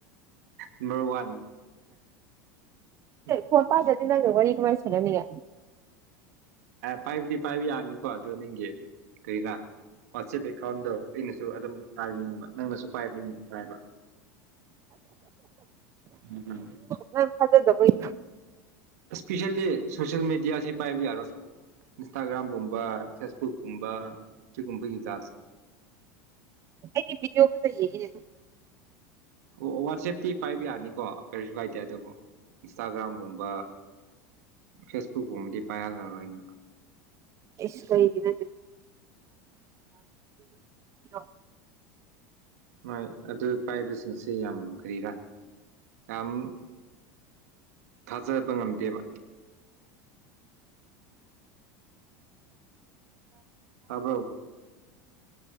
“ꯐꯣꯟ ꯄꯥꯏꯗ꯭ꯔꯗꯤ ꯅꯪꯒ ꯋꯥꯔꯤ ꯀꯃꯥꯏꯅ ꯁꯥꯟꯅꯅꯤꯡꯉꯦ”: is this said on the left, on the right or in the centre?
Right